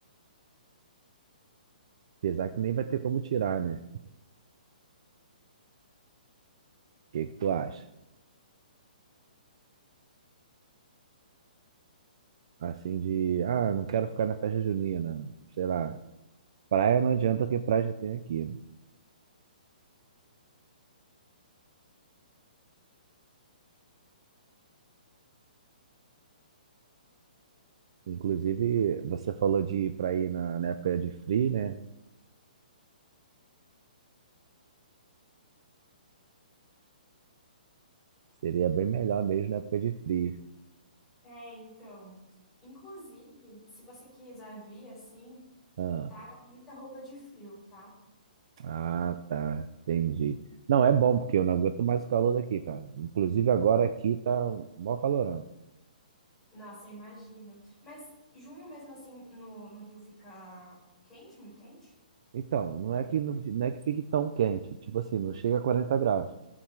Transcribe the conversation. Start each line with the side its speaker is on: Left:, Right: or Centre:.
Right: Apesar que nem vai ter como tirar, né? O que que tu acha? Assim de, ah, não quero ficar na festa junina, sei lá. Praia não adianta que praia já tem aqui, né? Inclusive, você falou de ir pra ir na, na época de frio, né? Seria bem melhor mesmo na época de frio.
Centre: É, então. Inclusive, se você quiser vir assim,
Right: Ah,
Centre: traga muita roupa de frio, tá?
Right: Ah, tá, entendi. Não, é bom, porque eu não aguento mais o calor daqui, cara. Inclusive agora aqui tá um mó calorão.
Centre: Nossa, eu imagino. Mas junho mesmo assim no, no Rio fica quente, muito quente?
Right: Então, não é que não, não é que fique tão quente, tipo assim, não chega a 40 graus,